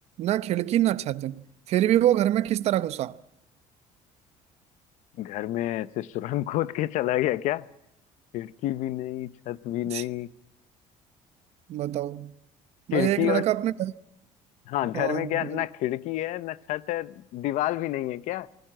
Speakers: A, on the right; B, on the left.
A: ना खिड़की
B: है
A: ना छत फिर भी वो घर में किस तरह घुसा
B: घर में ऐसे सुरंग खोद के चला गया क्या खिड़की भी नहीं छत भी
A: <laughs>
B: नहीं
A: बताओ मतलब
B: खिड़की
A: एक लड़का
B: और
A: अपने घर
B: हाँ घर
A: हाँ
B: में क्या ना खिड़की है ना छत है दीवार भी नहीं है क्या